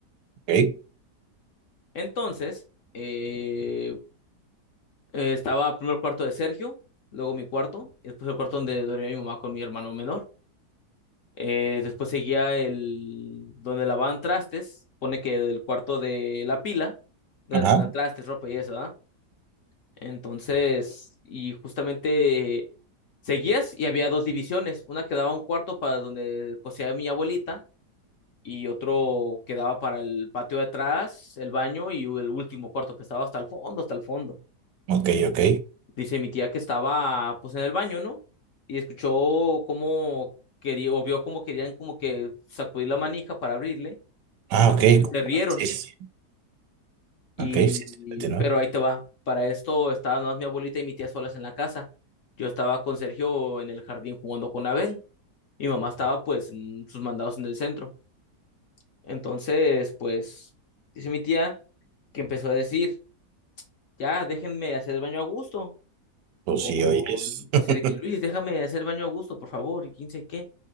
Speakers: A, on the right; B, on the left.
A: Ok.
B: Entonces, eh, Eh, estaba primero cuarto de Sergio, luego mi cuarto, y después el cuarto donde dormía mi mamá con mi hermano menor. Eh, después seguía el donde lavaban trastes, pone que del cuarto de la pila, de
A: Ajá.
B: la trastes, ropa y eso, ¿verdad? Entonces, y justamente seguías y había dos divisiones, una que daba un cuarto para donde cosía mi abuelita y otro que daba para el patio de atrás, el baño y el último cuarto que estaba hasta el fondo, hasta el fondo.
A: Ok, ok.
B: Dice mi tía que estaba pues en el baño, ¿no? Y escuchó cómo quería, o vio cómo querían como que sacudir la manija para abrirle,
A: Ah,
B: y escuchó
A: ok.
B: que se rieron.
A: Sí, sí, sí.
B: Y,
A: Ok, sí, sí, continúa.
B: y- pero ahí te va. Para esto estaban nada más mi abuelita y mi tía solas en la casa. Yo estaba con Sergio en el jardín jugando con Abel. Mi mamá estaba pues en sus mandados en el centro. Entonces, pues, dice mi tía que empezó a decir, ya, déjenme hacer el baño a gusto.
A: Pues
B: O,
A: sí, oye, es.
B: o
A: <laughs>
B: sea, de que Luis, déjame hacer baño a gusto, por favor, y quién sabe qué.